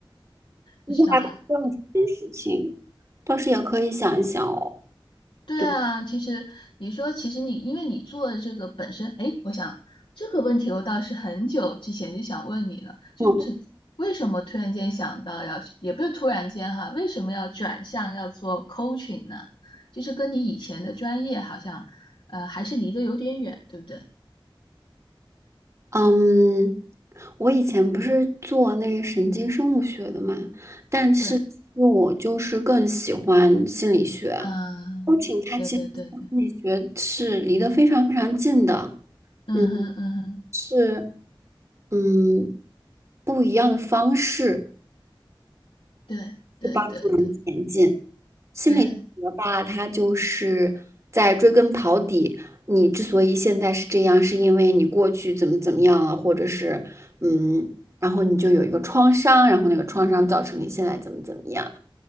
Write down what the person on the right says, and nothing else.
其实还不重视这件事情，
倒是也可以想一想哦。
对吧，
嗯
嗯，我以前不是做那个神经生物学的嘛，但是其实我就是更喜欢心理学。
c o a 它其实和心理学是离得非常非常近的，
嗯，是嗯不一样的方式
去帮助人前进。心理学吧，
它就是在追根刨底，你之所以现在是这样，是因为你过去怎么怎么样了，或者是嗯，然后你就有一个创伤，然后那个创伤造成你现在怎么怎么样，